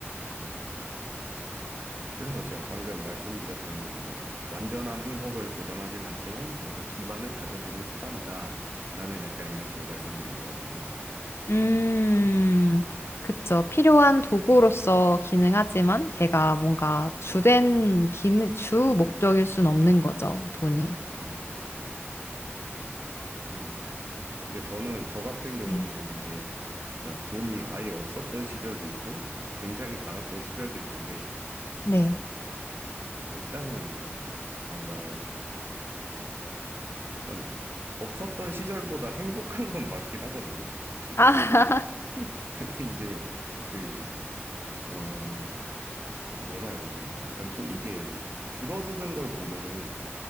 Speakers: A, on the right (about 55°); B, on the left (about 65°).
A: 맞아요. 그래서 제가 방금 말씀드렸던 게 이제 완전한 행복을 보장하진 않지만 뭔가 기반을 다져주는 수단이다라는 약간 이렇게 말씀드린 거거든요.
B: 음, 그쵸. 필요한 도구로서 기능하지만 걔가 뭔가 주된 기능, 주 목적일 순 없는 거죠, 돈이.
A: 음, 맞습니다. 어, 이게 근데 저는 저 같은 경우는
B: 네.
A: 이제 그러니까 돈이 아예 없었던 시절도 있고 굉장히 많았던 시절도 있는데
B: 네.
A: 그 일단은 뭔가 일단 없었던 시절보다 행복한 건 맞긴 하거든요. 확실히.
B: 아,
A: <laughs> 근데 이제 그 어, 뭐라 해야 되지? 약간 또 이게 줄어드는 걸 보면은